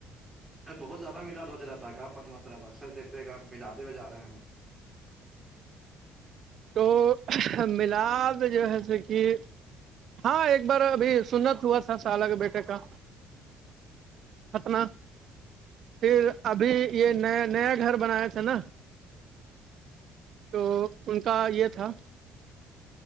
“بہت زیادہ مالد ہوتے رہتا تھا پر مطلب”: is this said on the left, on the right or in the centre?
Right